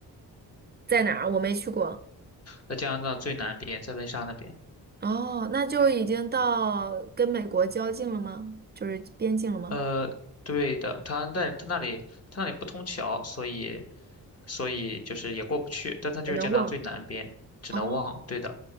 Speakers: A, on the right; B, on the left.
A: 在哪儿？我没去过。
B: 在加拿大最南边，在温莎那边。
A: 哦，那就已经到跟美国交境了吗？就是边境了吗？
B: 呃，对的，它但它那里它那里不通桥，所以所以就是也过不去，但它就是加拿大最南边，
A: 有点忘。
B: 只能望，
A: 哦，
B: 对的。